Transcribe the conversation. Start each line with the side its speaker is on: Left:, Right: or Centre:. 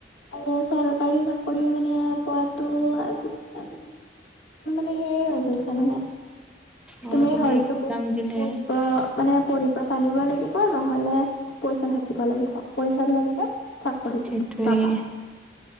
Left: আৰু চৰকাৰী চাকৰি মানে পোৱাটো আজি <unintelligible> সেই হৈ গৈছে মানে।
Centre: অ
Left: তুমি হয়তো
Centre: এক্জাম
Left: বহুত
Centre: দিলে
Left: পঢ়িব, মানে পঢ়ি টানিব লাগিব, নহলে পইচা থাকিব লাগিব পইচা <unintelligible> চাকৰি
Centre: সেইটোৱে
Left: পাবা।